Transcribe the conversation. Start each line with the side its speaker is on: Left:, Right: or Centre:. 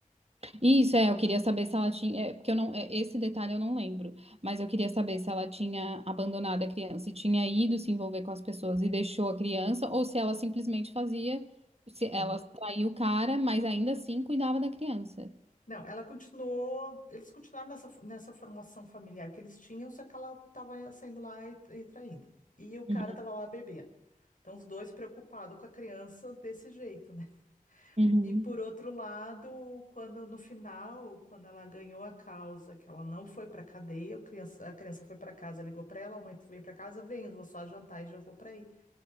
Right: Isso, é, eu queria saber se ela tinha, é, porque eu não, é, esse detalhe eu não lembro, mas eu queria saber se ela tinha abandonado a criança, se tinha ido se envolver com as pessoas e deixou a criança, ou se ela simplesmente fazia, se ela
Left: Aham.
Right: traiu o cara, mas ainda assim cuidava da criança.
Left: Não, ela continuou, eles continuaram nessa, nessa formação familiar que eles tinham, só que ela estava saindo lá e, e traindo. E o cara
Right: Uhum.
Left: estava lá bebendo. Então, os dois preocupados com a criança desse jeito, né?
Right: Uhum.
Left: E por outro lado, quando no final, quando ela ganhou a causa, que ela não foi para cadeia, o criança- a criança foi para casa, ligou para ela, a mãe, tu vem para casa, vem, eu vou só jantar e já vou para aí.